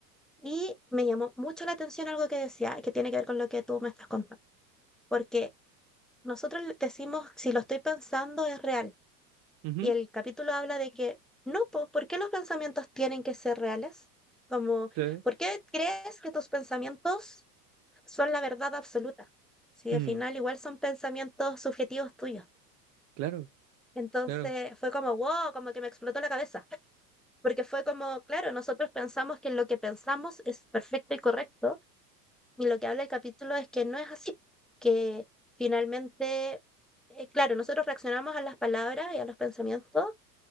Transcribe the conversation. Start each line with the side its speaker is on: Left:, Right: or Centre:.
Centre: Y me llamó mucho la atención algo que decía, que tiene que ver con lo que tú me estás contando, porque nosotros le decimos, si lo estoy pensando es real,
Right: ujú,
Centre: y el capítulo habla de que, no, po, ¿por qué los pensamientos tienen que ser reales? Como,
Right: claro,
Centre: ¿por qué crees que tus pensamientos son la verdad absoluta? Si
Right: mm,
Centre: al final igual son pensamientos subjetivos tuyos.
Right: claro,
Centre: Entonces
Right: claro,
Centre: fue como, wow, como que me explotó la cabeza, porque fue como, claro, nosotros pensamos que lo que pensamos es perfecto y correcto, Y lo que habla el capítulo es que no es así, que finalmente, eh, claro, nosotros reaccionamos a las palabras y a los pensamientos,